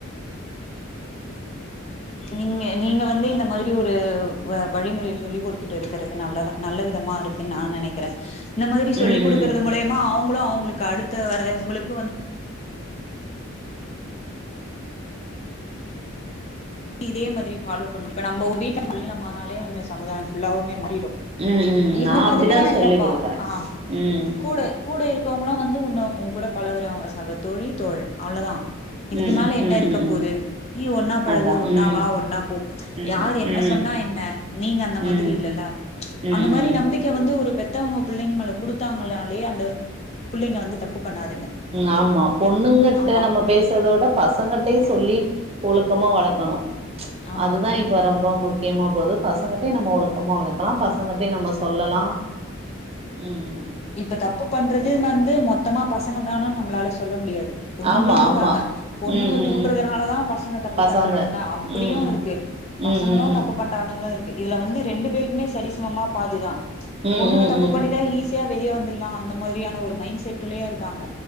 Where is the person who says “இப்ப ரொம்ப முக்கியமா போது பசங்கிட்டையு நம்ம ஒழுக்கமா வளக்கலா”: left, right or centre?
Right